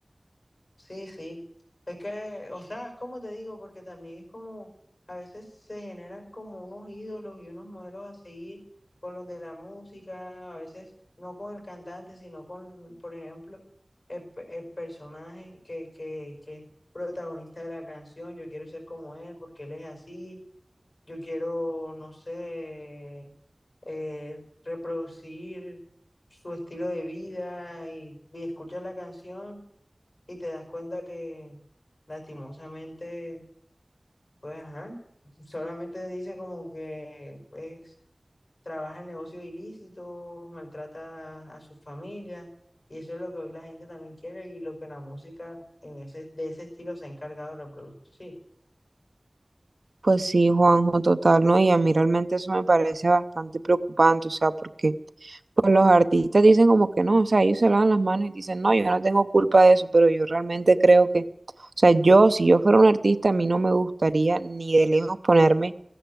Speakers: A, on the left; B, on the right.
A: Sí, sí. Es que, o sea, es como te digo, porque también es como, a veces se generan como unos ídolos y unos modelos a seguir con los de la música, a veces no con el cantante, sino con, por ejemplo, el, pe- el personaje que, que, que es protagonista de la canción. Yo quiero ser como él porque él es así. Yo quiero, no sé, eh, reproducir su estilo de vida y, y escuchar la canción y te das cuenta que lastimosamente, pues, ajá, solamente dice como que, pues, trabaja en negocios ilícitos, maltrata a su familia, y eso es lo que hoy la gente también quiere y lo que la música en ese, de ese estilo se ha encargado de reproducir.
B: Pues sí, Juanjo, total, ¿no? Y a mí realmente eso me parece bastante preocupante, o sea, porque pues los artistas dicen como que no, o sea, ellos se lavan las manos y dicen, no, yo no tengo culpa de eso, pero yo realmente creo que, o sea, yo, si yo fuera un artista, a mí no me gustaría ni de lejos ponerme